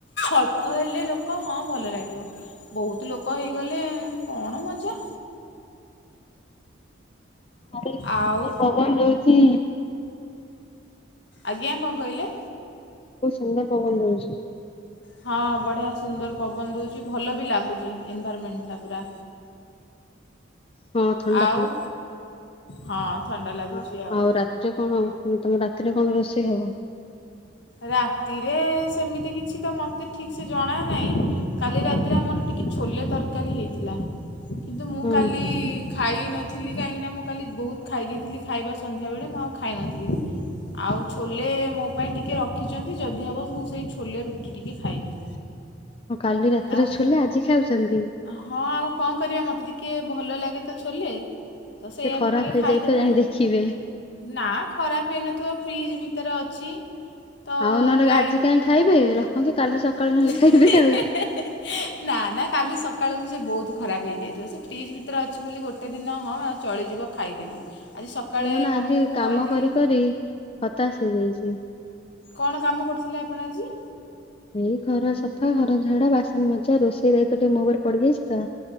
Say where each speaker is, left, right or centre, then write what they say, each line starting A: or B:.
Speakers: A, on the left; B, on the left.
A: ଅଳ୍ପ ହେଲେ ଲୋକ ହଁ ଭଲ ଲାଗିବ ବହୁତ ଲୋକ ହେଇଗଲେ କଣ ମଜା?
B: ଆରେ କି ସୁନ୍ଦର
A: ଆଉ
B: ପବନ ଦଉଛି।
A: ଆଜ୍ଞା କଣ କହିଲେ?
B: ବହୁତ ସୁନ୍ଦର ପବନ ଦଉଛି।
A: ହଁ ବଢ଼ିଆ ସୁନ୍ଦର ପବନ ଦଉଛି ଭଲ ବି ଲାଗୁଛି। ଏନଭାରମେଣ୍ଟଟା ପୁରା
B: ହଁ ଥଣ୍ଡା
A: ଆଉ ହଁ। ଥଣ୍ଡା ଲାଗୁଛି
B: ହଁ
A: ଆଉ
B: ହଉ ରାତିରେ କଣ ପୁଣି ତମ ରାତିରେ କଣ ରୋଷେଇ ହବ?
A: ରାତିରେ ସେମିତି କିଛି ତ ମୋତେ ଠିକୟସେ ଜଣା ନାହିଁ କାଲି ରାତିରେ ଆମର ଟିକେ ଛୋଲେ ତରକାରୀ ହେଇଥିଲା କିନ୍ତୁ ମୁଁ
B: ହଁ
A: କାଲି ଖାଇନଥିଲି କାହିଁକିନା ମୁଁ କାଲି ବହୁତ ଖାଇ ଦେଇଥିଲି ଖାଇବା ସନ୍ଧ୍ୟାବେଳେ ମୁଁ ଆଉ ଖାଇନଥିଲି। ଆଉ ଛୋଲେ ମୋ ପାଇଁ ଟିକେ ର ଖିଛନ୍ତି ଯଦି ହେବ ମୁଁ ସେଇ ଛୋଲେ ରୁଟି ଟିକେ ଖାଇବି।
B: ହଁ କାଲି ରାତିର
A: ଆଉ
B: ଛୋଲେ ଆଜି ଖାଉଛନ୍ତି?
A: ହଁ ଆଉ କଣ କରିବା ମୋତେ ଟିକେ ଭଲ ଲାଗେ ତ ଛୋଲେ। ତ ସେଇଆାକୁ
B: ସେ ଖରାପ
A: ଟିକେ
B: ହେଇଯାଇଥିବ
A: ଖାଇଦବା।
B: ଯାଇ ଦେଖିବେ।
A: ନା ଖରାପ ହେଇନଥିବ ଫ୍ରିଜ୍ ଭିତରେ ଅଛି। ତ
B: ଆଉ ନହେଲେ
A: ଲାଇନ,
B: କାହିଁ
A: ତ ଆଜି କାଇଁ ଖାଇବେ
B: ରଖନ୍ତୁ
A: କାଲି
B: ସକାଳୁ ନହେଲେ
A: ଖାଇବେ। ଇଁହିଁହିଂ
B: ଆଉ।
A: ନା ନା କାଲି ସକାଳକୁ ସେ ବହୁତ ଖରାପ ହେଇଯାଇଥିବ ସେ ଫ୍ରିଜ ଭିତରେ ଅଛି ବୋଲି ଗୋଟେ ଦିନ ହଁ ଚଳିଯିବ ଖାଇଦେବି। ଆଜି ସକାଳେ
B: କୁହନା
A: ମମିଙ୍କୁ
B: ଆଜି କାମ
A: କହିଥିଲି।
B: କରି କରି ହତାଶ ହେଇଯାଇଛି।
A: କଣ କାମ କରୁଥିଲେ ଆପଣ ଆଜି?
B: ଏଇ ଘର ସଫା ଘର ଝଡା ବାସନମଜା ରୋଷେଇ ଦାୟିତ୍ୱ ଟିକେ ମୋ ଉପରେ ପଡିଯାଇଛି ତ